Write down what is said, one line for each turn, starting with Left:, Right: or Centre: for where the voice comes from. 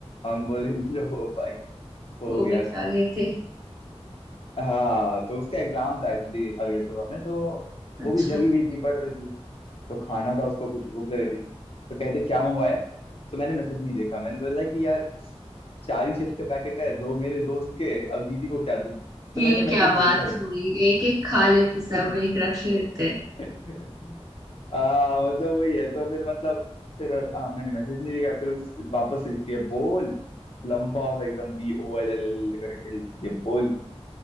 Left: हम बोले लो भाई
Right: <laughs>
Left: हो
Right: वो
Left: गया
Right: भी जागे थे
Left: हाँ तो उसका एग्जाम था एक्चुअली अगले सुबह में तो
Right: अच्छा
Left: वो भी जगी हुई थी पढ़ रही थी तो खाना था उसको कुछ भूख लग रही थी तो कहते क्या मंगवाया तो मैंने मैसेज नहीं देखा मैंने बोला कि यार चार ही चिप्स के पैकेट है दो मेरे दोस्त के अब दीदी को क्या दूं
Right: ये
Left: तो मैंने मैसेज
Right: क्या
Left: देखा
Right: बात
Left: ही
Right: हुई एक एक खा लेते सब
Left: नहीं
Right: एक रख लेते
Left: <laughs> आ, मतलब वही है तो फिर मतलब फिर हाँ, मैंने मैसेज नहीं देखा फिर उस वापस लिखती है बोल लंबा सा एकदम बी ओ एल एल एल करके लिखती है बोल